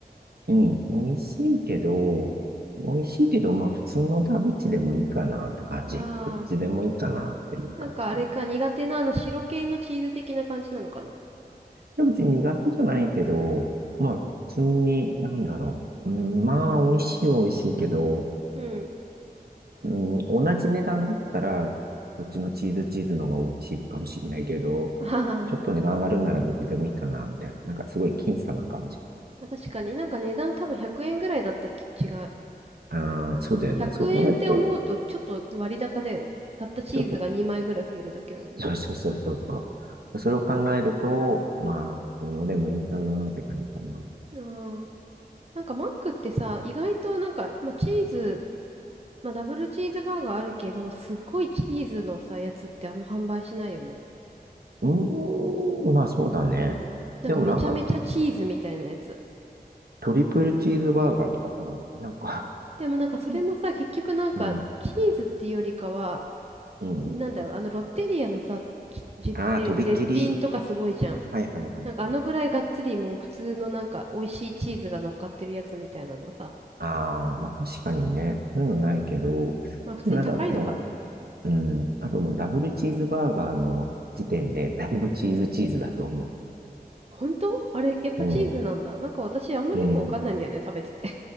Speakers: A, on the right; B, on the right.
A: うん。美味しいけど、美味しいけど、まあ普通のダブチでもいいかなって感じ。
B: ああ
A: どっちでもいいかなっていう感じかな。
B: ー、なんかあれか、苦手なあの白系のチーズ的な感じなのかな
A: ダブチ苦手じゃないけど、まあ普通に、なんだろう。うん、まあ美味しいは美味しいけど、
B: うん。
A: うん、同じ値段だったら、こっちのチーズチーズの方が美味しいかもしれないけど、
B: <laughs> あはは
A: ちょっと値段上がるんならどっちでもいいかな、みたいな。なんかすごい僅差な感じ。
B: まあ確かになんか値段多分100円ぐらいだったき、違う。
A: ああ、そうだよね。
B: 100円って思うとちょっと割高だよね。
A: そう考えると、
B: たったチーズが2枚ぐらい増えるだけなのに。
A: ちょっと、そうそうそうそうそう。それを考えると、まあ、普通のでもいいかなって感じかな。
B: ああなんかマックってさ、意外となんか、まあ、チーズ、まあ、ダブルチーズバーガーあるけど、すっごいチーズのさ、やつってあんま販売しないよね。
A: うーん、まあそうだね。
B: なんかめちゃめちゃチーズみたいなやつ。
A: でもなんか、トリプルチーズバーガーとかさ、なんか
B: でもなんかそれもさ、
A: <laughs>
B: 結局なんか、
A: うん、
B: チーズっていうよりかは、
A: うん、
B: なんだろう、
A: うん。
B: あのロッテリアのさ、ちじぜ絶品とかすごいじゃん。
A: ああ、とびきり。はいはいはいはい。
B: なんかあのぐらいがっつりもう普通のなんか美味しいチーズが乗っかってるやつみたいなのさ、
A: ああ、まあ確かにね、そういうのないけど、
B: まあ普通に高いのかな。
A: でもなんかもう、うん、あともうダブルチーズバーガーの時点で、だいぶチーズチーズだと思
B: 本当あれ、やっぱチーズなんだ。
A: う。
B: なんか私あんまりよくわかんないんだよね、
A: うん、うん。
B: 食べてて。